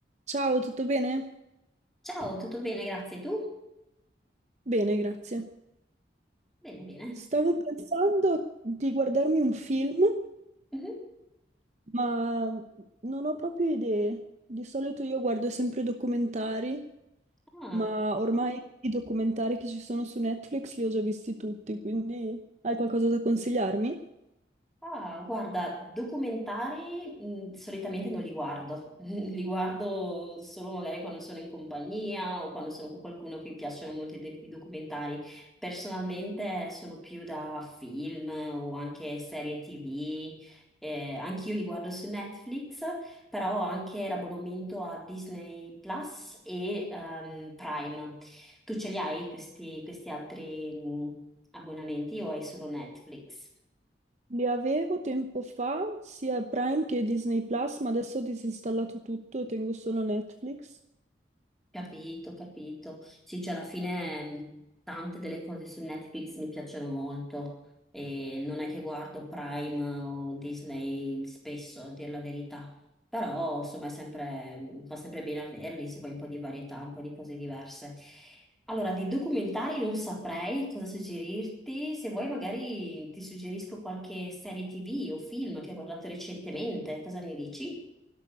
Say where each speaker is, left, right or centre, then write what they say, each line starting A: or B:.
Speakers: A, on the right; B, in the centre.
A: Ciao, tutto bene?
B: Ciao, tutto bene, grazie. Tu?
A: Bene, grazie.
B: Bene, bene.
A: Stavo pensando di guardarmi un film,
B: Mhm.
A: ma non ho proprio idee. Di solito io guardo sempre documentari,
B: Ah,
A: ma ormai i documentari che ci sono su Netflix li ho già visti tutti, quindi hai qualcosa da consigliarmi?
B: Ah, guarda, documentari mh, solitamente non li guardo, <laughs> li guardo solo magari quando sono in compagnia o quando sono con qualcuno a cui piacciono molto i, de- i documentari. Personalmente sono più da film o anche serie TV, eh, anch'io li guardo su Netflix, però ho anche l'abbonamento a Disney Plus e ehm, Prime. Tu ce li hai questi, questi altri mh, abbonamenti o hai solo Netflix?
A: Li avevo tempo fa, sia Prime che Disney Plus, ma adesso ho disinstallato tutto, tengo solo Netflix.
B: Capito, capito. Sì, cioè alla fine mh, tante delle cose su Netflix mi piacciono molto e non è che guardo Prime o Disney spesso, a dire la verità, però insomma è sempre, mh, fa sempre bene averli se vuoi un po' di varietà, un po' di cose diverse. Allora, di documentari non saprei cosa suggerirti, se vuoi magari ti suggerisco qualche serie TV o film che ho guardato recentemente, cosa ne dici?